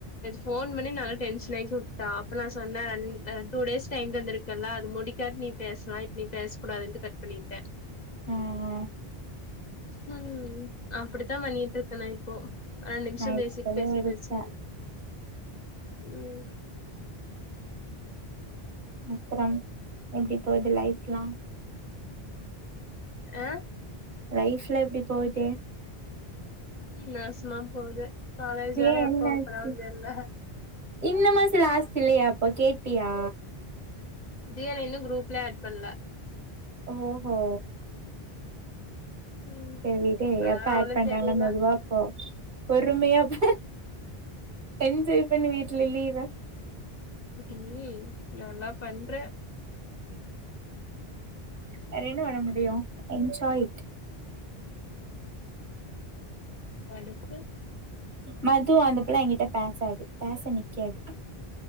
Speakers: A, on the left (about 45°); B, on the right (about 50°).
A: போன் பண்ணி நல்லா டென்ஷன் ஆக்கி உட்டா அப்ப நா சொன்னே அன் டூ டேஸ் டைம் தந்துருக்கெல அது முடிக்காட் நீ பேஸ்லா இப்ப நீ பேச கூடாதுன்டு கட் பண்ணிட்டே
B: உம் உம்
A: உம் அப்டித்தா பண்ணிட்ருக்க நா இப்பொ நால் நிம்ஷொ
B: நா
A: பேசிட்டு
B: இப்பவே
A: பேசிட்டு
B: இருக்கே
A: வச்சிருங் உம்
B: அப்றம் எப்டி போகுது லைஃப்ல்லா
A: ஆஹ்
B: லைஃப்ல எப்டி போகுது
A: ம் நாசமா போகுது காலேஜ்
B: ஏ
A: வேற
B: என்னாச்சு
A: எப்ப ஓபன் ஆகுன் தெர்ல
B: இந்த மாசொ லாஸ்ட் இல்லையா அப்பொ ‌கேட்டியா
A: தியா ‌இன்னு குரூப்ல ஆட் பண்ல
B: ஓஹோ
A: ம்
B: செரிடே
A: அதனால
B: எப்ப ஏட்
A: ஒன்னு
B: பண்றாங்கலா
A: தெரில
B: மெதுவாப்போ பொறும்மையாப் என்ஜாய் பண்ணு வீட்ல லீவ்வ
A: குட்டி நீ நல்லா பண்ற
B: வேற என்ன பண்ண முடியும் எஞ்ஜாய்ட்
A: அடுத்து
B: மத் தூ அந்தப்புள்ள எங்கிட்ட பேசாது பேச நிக்காது